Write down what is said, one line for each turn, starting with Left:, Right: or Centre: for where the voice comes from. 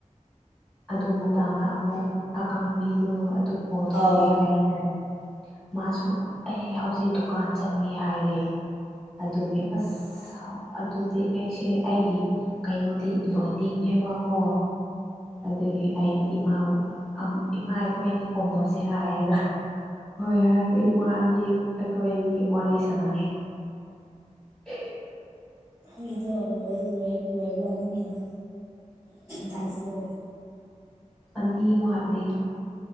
Centre: ꯑꯗꯨ ꯃꯇꯥꯡꯗ ꯑꯃꯨꯛ ꯑꯀꯪꯕꯤꯗꯨ ꯑꯗꯨ ꯀꯣꯜ ꯇꯧꯒꯦ
Right: ꯑꯥꯎ
Centre: ꯍꯥꯏꯔꯒ ꯃꯥꯁꯨ ꯑꯩ ꯍꯧꯖꯤꯛ ꯗꯨꯀꯥꯟ ꯆꯠꯂꯤ ꯍꯥꯏꯔꯦ ꯑꯗꯨꯒꯤ ꯑꯁ ꯑꯗꯨꯗꯤ ꯑꯩꯁꯦ ꯑꯩꯒꯤ ꯀꯩꯅꯣꯗꯤ ꯂꯣꯏꯅꯤꯡꯉꯦꯕꯀꯣ
Right: ꯑꯣ
Centre: ꯑꯗꯨꯒꯤ ꯑꯩꯅ ꯏꯃꯥꯕꯨ ꯑꯝ ꯏꯃꯥ ꯑꯩꯈꯣꯏ ꯑꯅꯤ ꯀꯣꯜ ꯇꯧꯁꯤꯔꯥ ꯍꯥꯏꯔꯒ ꯍꯣꯏ ꯍꯥꯏꯔꯒ ꯏꯃꯥ ꯑꯅꯤ ꯑꯩꯈꯣꯏ ꯑꯅꯤ ꯋꯥꯔꯤ ꯁꯥꯟꯅꯔꯦ <unintelligible>
Right: ꯅꯪꯒꯤꯗꯣ ꯂꯣꯏ ꯂꯣꯏ ꯂꯣꯏꯕ꯭ꯔꯥ ꯅꯪꯒꯤꯗꯣ ꯇꯥꯛꯁꯗꯣ
Centre: ꯑꯅꯤ ꯋꯥꯠꯂꯤ